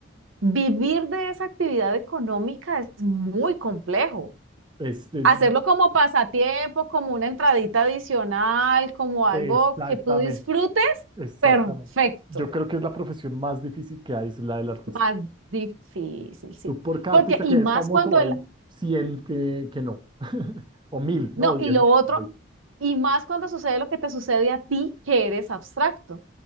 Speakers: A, on the right; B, on the right.
A: vivir de esa actividad económica es muy complejo.
B: es es
A: Hacerlo como pasatiempo, como una entradita adicional, como
B: Exactamente,
A: algo que tú disfrutes,
B: exactamente.
A: perfecto.
B: Yo creo que es la profesión más difícil que hay, es la del artista.
A: Más difícil, sí.
B: Tú por cada
A: Porque,
B: artista
A: y
B: que
A: más
B: es famoso
A: cuando
B: hay
A: el,
B: 100 que, que no, <laughs> o 1000,
A: no,
B: no, 10.000.
A: y lo otro, y más cuando sucede lo que te sucede a ti, que eres abstracto.